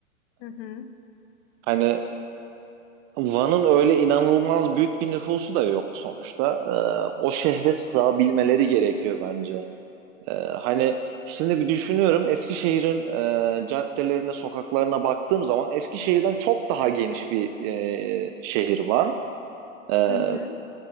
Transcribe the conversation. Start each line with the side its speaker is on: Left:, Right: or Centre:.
Left: Hı hı.
Right: Hani Van'ın öyle inanılmaz büyük bir nüfusu da yok sonuçta. E, o şehre sığabilmeleri gerekiyor bence. Ee, hani şimdi bir düşünüyorum Eskişehir'in e, caddelerine, sokaklarına baktığım zaman Eskişehir'den çok daha geniş bir e, şehir var. Ee,
Left: Hı hı.